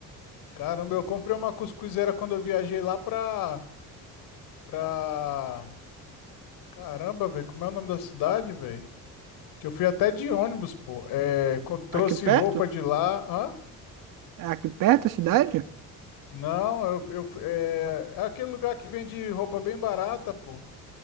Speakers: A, on the left; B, on the right.
A: Caramba, eu comprei uma cuscuzeira quando eu viajei lá pra, pra... Caramba, velho, como é o nome da cidade, velho? Que eu fui até de ônibus, pô. É, co- trouxe
B: Aqui perto?
A: roupa de lá. Hã?
B: É aqui perto a cidade?
A: Não, eu, eu fui- é, é aquele lugar que vende roupa bem barata, pô.